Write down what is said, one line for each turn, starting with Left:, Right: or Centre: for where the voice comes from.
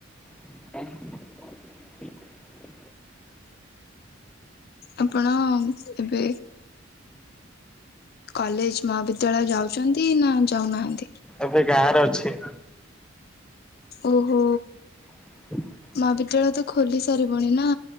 Centre: <inaudible>
Left: ଆପଣ ଏବେ କଲେଜ ମହାବିଦ୍ୟାଳୟ ଯାଉଛନ୍ତି ନା ଯାଉନାହାନ୍ତି?
Centre: ଏବେ ଗାଁରେ ଅଛି।
Left: ଓହୋ।
Centre: <inaudible>
Left: ମହାବିଦ୍ୟାଳୟ ତ ଖୋଲିସାରିବଣି ନା